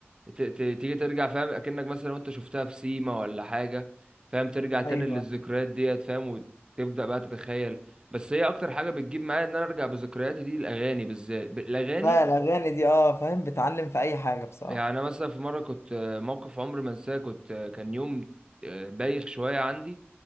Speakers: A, on the right; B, on the left.
A: ت- ت- تيجي ترجع فاهم اكنك مثلا وانت شفتها في سيما ولا حاجة فاهم ترجع تاني
B: ايوه
A: للذكريات ديت فاهم وتبدأ بقى تتخيل بس هي اكتر حاجة بتجيب معايا ان انا ارجع بذكرياتي دي الاغاني بالذات الاغاني
B: لا الاغاني دي اه فاهم بتعلم في اي حاجه بصراحه
A: يعني انا مثلا في مره كنت آه، موقف عمري ما انساه كنت آه، كان يوم آه، بايخ شويه عندي